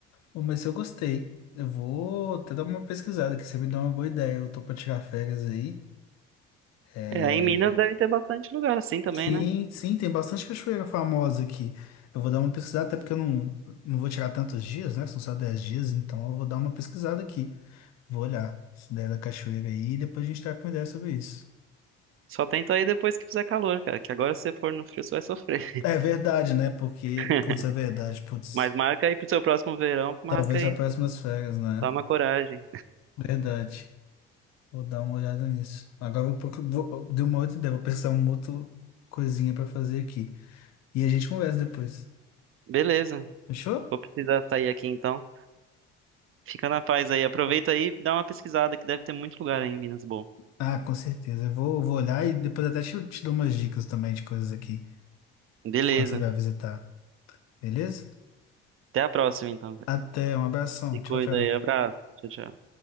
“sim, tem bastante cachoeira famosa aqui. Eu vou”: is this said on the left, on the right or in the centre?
Left